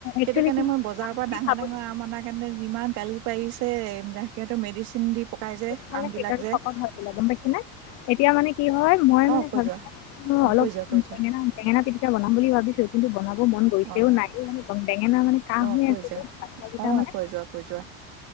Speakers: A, on the left; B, on the right.
A: একচুৱেলি
B: সেইটো কাৰণে
A: কি
B: মই বজাৰৰ
A: হয়
B: পৰা ডাঙৰ
A: খাব
B: ডাঙৰ আম অনাৰ কাৰণে যিমান গালি পাৰিছে। মেডিচিন দি পকাই যে,
A: খালে
B: আম
A: পেটত
B: বিলাক যে।
A: শকত হৈ বোলে গম পাইছেনে এতিয়া মানে কি হয় মই মানে
B: অ কৈ
A: ভাবি,
B: যোৱা অ
A: অলপ
B: কৈ যোৱা কৈ যোৱা
A: বেঙেনা বেঙেনা পিটি কা বনাম বুলি ভাবিছোঁ, কিন্তু বনাব মন গৈছেও
B: অ
A: নাইও, বেঙেনা মানে কাঁহ
B: অ
A: হৈ
B: কৈ
A: আছে
B: যোৱা
A: যে আকৌ জানোচা
B: অ কৈ যোৱা কৈ যোৱা